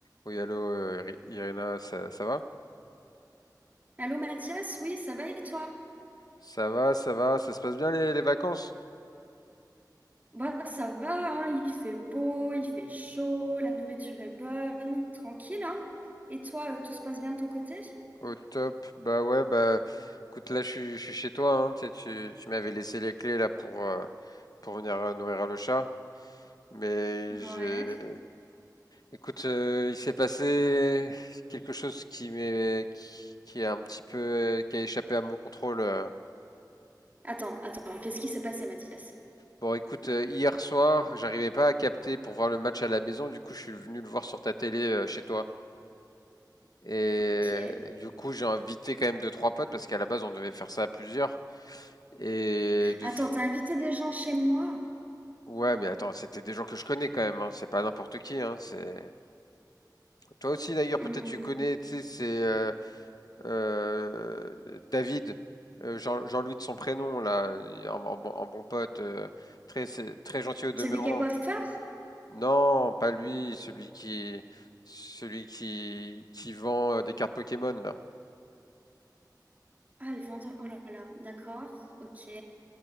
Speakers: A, on the left; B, on the right.
A: Oui, allô, euh, Ri- Irina, ça, ça va?
B: Allô Mathias, oui, ça va et toi?
A: Ça va, ça va, ça se passe bien les, les vacances?
B: Bah ça va, hein, il fait beau, il fait chaud, la nourriture est bonne, tranquille, hein? Et toi, euh, tout se passe bien de ton côté?
A: Au top, bah ouais, bah écoute, là je suis je suis chez toi, hein, tu, sais, tu, tu m'avais laissé les clés là pour, euh, pour venir euh, nourrir le chat, mais
B: Ouais.
A: j'ai... Écoute, euh, il s'est passé quelque chose qui m'est, qui, qui est un petit peu, euh, qui a échappé à mon contrôle. euh.
B: Attends, attends, qu'est-ce qui s'est passé Mathias?
A: Bon, écoute, euh, hier soir, j'arrivais pas à capter pour voir le match à la maison, du coup je suis venu le voir sur ta télé euh, chez toi. Et
B: Ok.
A: du coup, j'ai invité quand même deux, trois potes parce qu'à la base, on devait faire ça à plusieurs. Et de...
B: Attends,
A: f-
B: t'as invité des gens chez moi?
A: Ouais, mais attends, c'était des gens que je connais quand même, hein. C'est pas n'importe qui, hein. C'est... Toi aussi, d'ailleurs,
B: Hmm.
A: peut-être tu connais, tu sais, c'est euh, euh, David, euh, Jean, Jean-Louis de son prénom, là, un, un bon un bon pote, euh, très, c'est- très gentil au demeurant.
B: Celui qui est coiffeur?
A: Non, pas lui, celui qui, celui qui, qui vend euh, des cartes Pokémon, là.
B: Ah, le vendeur, oh là là, d'accord, ok.